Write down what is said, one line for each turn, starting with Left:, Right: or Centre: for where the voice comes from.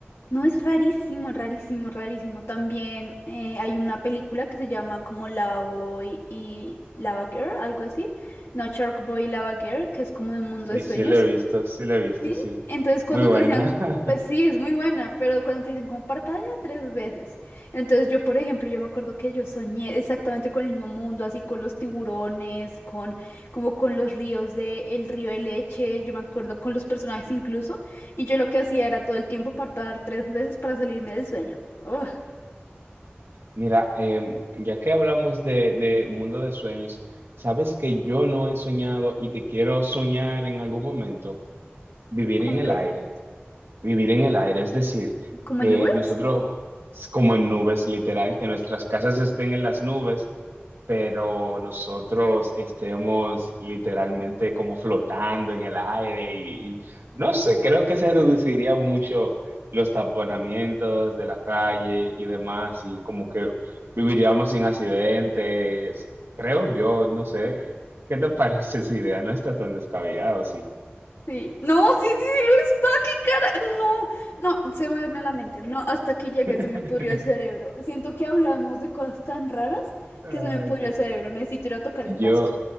Left: No, es rarísimo, rarísimo, rarísimo. También eh, hay una película que se llama como Lava Boy y Lava Girl, algo así. No, Shark Boy y Lava Girl, que es como de un mundo
Right: Sí,
Left: de sueños.
Right: sí la he visto, sí la he visto,
Left: ¿Sí?
Right: sí.
Left: Entonces cuando
Right: Muy buena.
Left: te decían,
Right: <laughs>
Left: pues sí, es muy buena, pero cuando te dicen como parpadea tres veces. Entonces yo, por ejemplo, yo me acuerdo que yo soñé exactamente con el mismo mundo, así con los tiburones, con como con los ríos de el río de leche, yo me acuerdo con los personajes incluso, y yo lo que hacía era todo el tiempo parpadear tres veces para salirme del sueño. Ugh,
Right: Mira, em, ya que hablamos de, de mundo de sueños, ¿sabes que yo no he soñado y que quiero soñar en algún momento? Vivir
Left: ¿con
Right: en el
Left: qué?
Right: aire. Vivir en el aire, es decir,
Left: ¿Como
Right: que
Left: en nubes?
Right: nosotros, como en nubes, literal, que nuestras casas estén en las nubes, pero nosotros estemos literalmente como flotando en el aire y, y no sé, creo que se reduciría mucho los taponamientos de la calle y demás, y como que viviríamos sin accidentes, creo yo, no sé. ¿Qué te <laughs> parece esa idea? No está tan descabellado, sí.
Left: Sí. No, sí, sí, sí lo está, qué cara. No, no, se me duerme la mente. No, hasta aquí llegué,
Right: <laughs>
Left: se me pudrió el cerebro. Siento que hablamos de cosas tan raras
Right: Ay,
Left: que se me pudrió el cerebro. Necesito ir a tocar
Right: yo,
Left: el pasto.